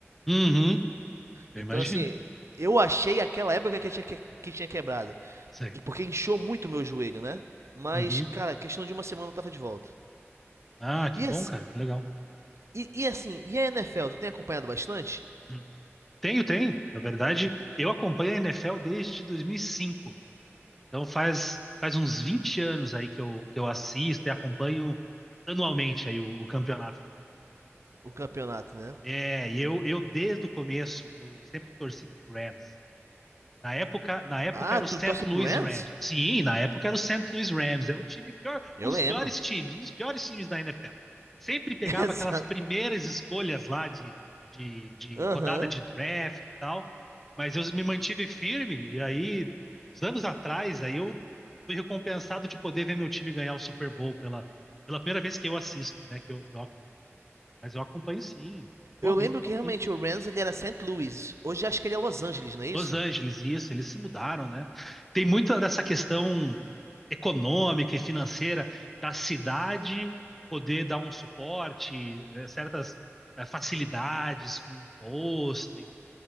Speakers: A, in the centre; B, on the right (about 75°).
A: Uhum. Eu
B: Então,
A: imagino.
B: assim, eu achei aquela época que tinha, que, que tinha quebrado.
A: Sei.
B: E porque inchou muito o meu joelho, né? Mas,
A: Uhum.
B: cara, questão de uma semana eu tava de volta.
A: Ah, que
B: E
A: bom,
B: assim,
A: cara, que legal.
B: e, e assim, e a NFL, tu tem acompanhado bastante
A: Hum. Tenho, tenho. Na verdade, eu acompanho a NFL desde 2005. Então faz, faz uns 20 anos aí que eu, que eu assisto e acompanho anualmente aí o, o campeonato.
B: o campeonato, né?
A: É, e eu, eu desde o começo, eu sempre torci pro Rams. Na época, na época
B: Ah,
A: era
B: tu
A: o Saint
B: torce
A: Louis
B: pro Rams?
A: Rams. Sim, na época era o Saint Louis Rams. Era um time pior,
B: Eu
A: um dos
B: lembro.
A: piores times, um dos piores times da NFL. Sempre
B: <laughs>
A: pegava
B: Exato.
A: aquelas primeiras escolhas lá de, de, de
B: Aham.
A: rodada de draft e tal. Mas eu me mantive firme e aí, uns anos atrás, aí eu fui recompensado de poder ver meu time ganhar o Super Bowl pela, pela primeira vez que eu assisto, né? Que eu, que eu mas eu acompanho sim.
B: Eu
A: Normalmente
B: lembro
A: também
B: que realmente o Rams ele era Saint Louis. Hoje acho que ele é Los Angeles, não é isso?
A: Los Angeles, isso, eles se mudaram, né? Tem muita dessa questão econômica e financeira da cidade poder dar um suporte, eh, certas eh, facilidades com imposto e